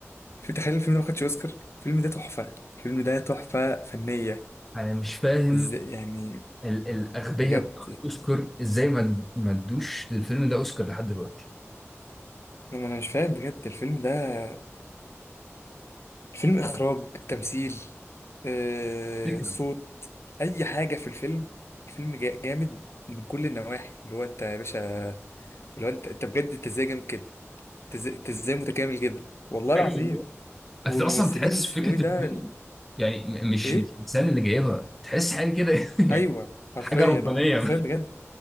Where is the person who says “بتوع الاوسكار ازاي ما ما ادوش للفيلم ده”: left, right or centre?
Centre